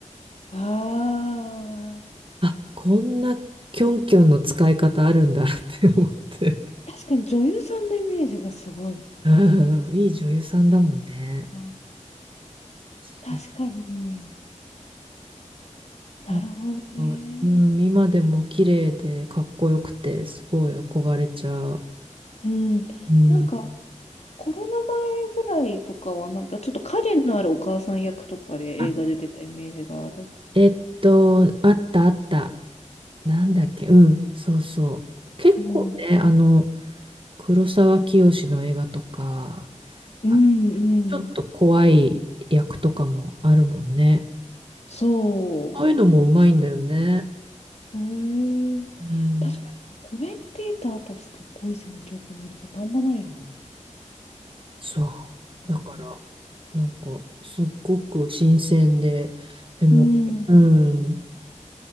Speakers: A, on the left; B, on the right.
A: あ、あ
B: あ、こんなキョンキョンの使い方あるんだ <laughs> って思って。
A: あ。確かに女優さんのイメージがすごい。
B: うん、いい女優さんだもんね。
A: あ
B: そう。
A: 確かに。なるほどね。
B: なんかうん、今でも綺麗でかっこよくて、すごい憧れちゃう。
A: うん。
B: うん。
A: なんか、コロナ前ぐらいとかは、なんかちょっと影のあるお母さん役とかで映画で出てたイメージがある。
B: あえっと、あったあった。なんだっけ、うん、そうそう。結構ね、
A: うん
B: あの、黒沢清の映画とか、
A: うんうん。
B: あちょっと怖い役とかもあるもんね。
A: そう。
B: ああいうのもうまいんだよね。
A: へえ、
B: うん。
A: 確かにコメンテーターとして小泉今日子見ることあんまないな。
B: そう。
A: うん。
B: だから、なんか、すっごく新鮮で、でも、
A: うん。
B: うん、